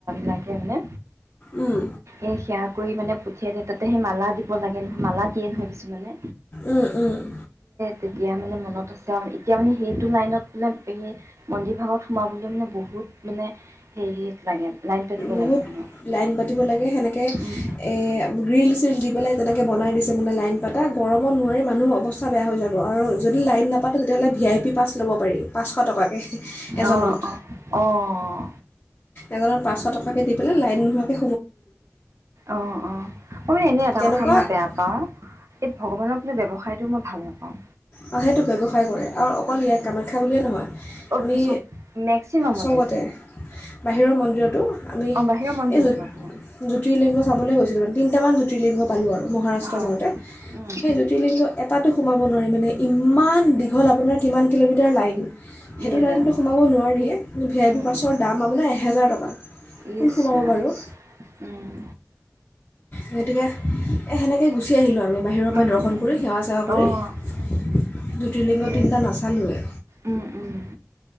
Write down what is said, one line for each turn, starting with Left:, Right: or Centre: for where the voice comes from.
Right: নাকে মানে
Left: উম,
Right: এ সেয়া কৰি মানে পঠিয়াই দিয়ে তাতে সেই মালা দিব লাগে মালা দিয়ে নহয় কিছুমানে
Left: উম উম
Right: তেতিয়া মানে মনত আছে আৰু এতিয়া মানে সেইটো লাইনত বোলে সেই মন্দিৰভাগত সোমাবলৈ মানে বহুত মানে হেৰি লাগে লাইন পাতিব
Left: বহুত
Right: লাগে হেনো
Left: লাইন পাতিব লাগে সেনেকে
Right: উম,
Left: এ গ্ৰীলছ দি পেলাই তেনেকে বনাই দিছে মানে লাইন পা গৰমত নোৱাৰি মানুৰ অৱস্থা বেয়া হৈ যাব আৰু যদি লাইন নাপাতে তেতিয়াহ'লে ভি আই পি পাছ ল'ব পাৰি পাঁচশ টকাকৈ এজনত
Right: অ অ অ
Left: এজনত পাঁচশ টাকাকে দি পেলাই লাইন নোহোৱাকে
Right: অ অ মই মানে এনে এটা
Left: কেনেকুৱা
Right: কথা মই বেয়া পাও এই ভগৱানক বোলে ব্যৱসায়টো মই ভাল নাপাওঁ
Left: অ সেইটো ব্যৱসায় কৰে আৰু অকল
Right: উম
Left: ইয় কামাখ্যা বুলিয়ে নহয়
Right: অ
Left: আমি
Right: মেক্সিমামতে
Left: চবতে বাহিৰৰ মন্দিৰতো আমি
Right: অ', বাহিৰৰ মন্দিৰতো
Left: এই জু
Right: আপোনাৰ
Left: জুতিৰ লেংগুৱেজ চাবলৈ গৈছে যি তিনিটামান জ্যোতিলিংগ পালোঁ আৰু মহাৰাষ্ট্ৰ
Right: হয়।
Left: যাওঁতে
Right: উম,
Left: সেই জ্যোতিলিংগ এাটাতো সোমাব নোৱাৰি মানে। ইমান দীঘল আপোনাৰ কিমান। Kilometre line.
Right: ইয়ে
Left: সেইটো লাইনতো
Right: ৰাম
Left: সোমাব নোৱাৰি ভি আই
Right: উম,
Left: পি পাছৰ
Right: উম,
Left: দাম আপোনাৰ এহেজাৰ টকা।
Right: ইচ
Left: কোন সোমাব
Right: ৰাম
Left: বাৰু?
Right: উম,
Left: গতিকে এ সেনেকেই গুচি আহিলোঁ আমি বাহিৰৰ
Right: উম,
Left: পৰাই দৰ্শন
Right: উম।
Left: কৰি সেৱা চেৱা কৰি।
Right: অ',
Left: জ্যোতিলিংগ
Right: সেই
Left: তিনটা নাচালোৱে।
Right: উম, উম,